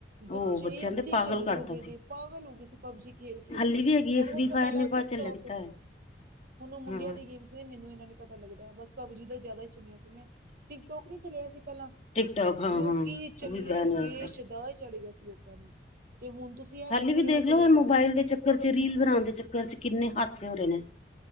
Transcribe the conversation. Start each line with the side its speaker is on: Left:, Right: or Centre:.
Right: ਬੱਚੇ
Left: ਉਹ ਬੱਚਿਆਂ
Right: ਈ ਅੱਧੇ
Left: ਦੇ ਪਾਗਲ
Right: ਚੱਲੇ
Left: ਕਰਤਾ
Right: ਹੋ ਗਏ ਦੇ
Left: ਸੀ
Right: ਪਾਗਲ ਹੋ ਗਏ ਸੀ ਪਬਜੀ ਖੇਲ-ਖੇਲ
Left: ਹਾਲੀ
Right: ਕੇ।
Left: ਵੀ ਹੈਗੀ
Right: ਹੁਣ
Left: ਹੈ ਫ੍ਰਰੀ
Right: ਉਸ ਤੋਂ
Left: ਫਾਇਰ
Right: ਪਹਿਲਾਂ
Left: ਨੇ ਬਾਅਦ
Right: ਟਿਕ
Left: ਚ
Right: ਟੋਕ
Left: ਲੱਗਦਾ
Right: ਹੁਣ
Left: ਹੈ
Right: ਉਹ ਮੁੰਡਿਆਂ
Left: ਹਾਂ
Right: ਦੀ ਗੇਮਸ ਨੇ ਮੈਨੂੰ ਇਹਨਾਂ ਨੀ ਪਤਾ ਲੱਗਦਾ ਬਸ ਪਬਜੀ ਦਾ ਜਿਆਦਾ ਈ ਸੁਣਿਆ ਸੀ ਮੈਂ ਟਿਕ ਟੋਕ ਵੀ ਚਲਿਆ ਸੀ ਪਹਿਲਾਂ
Left: ਟਿਕਟੋਕ ਹਾਂ
Right: ਲੋਕੀ
Left: ਹਾਂ
Right: ਝੱਲੇ
Left: ਉਹ ਵੀ ਬੈਨ
Right: ਹੋ
Left: ਹੋਇਆ
Right: ਗਏ
Left: ਸੀ
Right: ਸ਼ਦਾਅ ਚੜ ਗਿਆ ਸੀ ਲੋਕਾਂ ਨੂੰ ਤੇ ਹੁਣ ਤੁਸੀਂ ਇਹ
Left: ਹਾਲੀ
Right: ਦੇਖੋ
Left: ਵੀ
Right: ਜਿਹੜਾ
Left: ਦੇਖ
Right: ਚਲਿਆ
Left: ਲੋ ਇਹ
Right: ਦਾ
Left: ਮੋਬਾਇਲ ਦੇ ਚੱਕਰ 'ਚ ਰੀਲ ਬਣਾਣ ਦੇ ਚੱਕਰ 'ਚ ਕਿੰਨੇ ਹਾਦਸੇ ਹੋ ਰਹੇ ਨੇ।